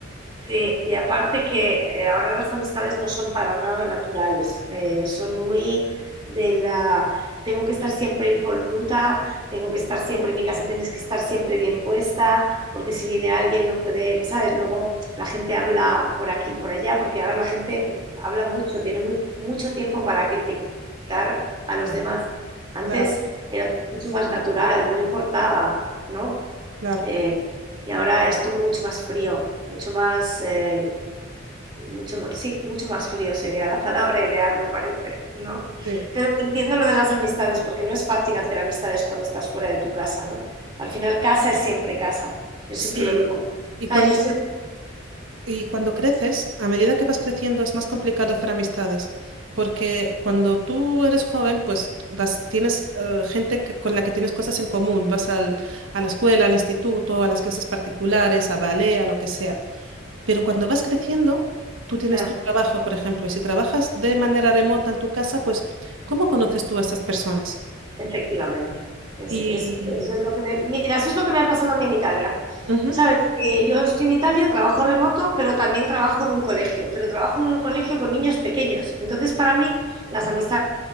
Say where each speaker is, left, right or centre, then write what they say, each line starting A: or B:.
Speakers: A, on the right (about 25°); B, on the right (about 85°).
A: Sí, y aparte que eh, ahora las amistades no son para nada naturales, eh, son muy de la, tengo que estar siempre impoluta, tengo que estar siempre en mi casa, tienes que estar siempre bien puesta, porque si viene alguien no puede, ¿sabes? Luego la gente habla por aquí, por allá, porque ahora la gente habla mucho, tiene muy, mucho tiempo para criticar a los demás. Antes
B: Claro,
A: era mucho más natural, no importaba, ¿no?
B: claro.
A: Eh, y ahora es todo mucho más frío, mucho más, eh, mucho más, sí, mucho más frío sería la palabra ideal, me parece, ¿no?
B: Sí.
A: Pero entiendo lo de las amistades, porque no es fácil hacer amistades cuando estás fuera de tu casa, ¿no? Al final, casa es siempre casa, yo siempre
B: Sí,
A: lo digo. O
B: y
A: sea,
B: cuando...
A: yo
B: Y cuando creces, a medida que vas creciendo, es más complicado hacer amistades, porque cuando tú eres joven, pues vas, tienes eh, gente que- con la que tienes cosas en común, vas al- a la escuela, al instituto, a las clases particulares, a ballet, a lo que sea. Pero cuando vas creciendo, tú tienes
A: sé-
B: tu trabajo, por ejemplo, y si trabajas de manera remota en tu casa, pues ¿cómo conoces tú a esas personas?
A: Efectivamente. Es-
B: Y...
A: es- eso es lo que me, mira, eso es lo que me ha pasado a mí en Italia.
B: Ujú,
A: Sabes, que yo estoy en Italia, trabajo remoto, pero también trabajo en un colegio, pero trabajo en un colegio con niños pequeños. Entonces, para mí, las amistades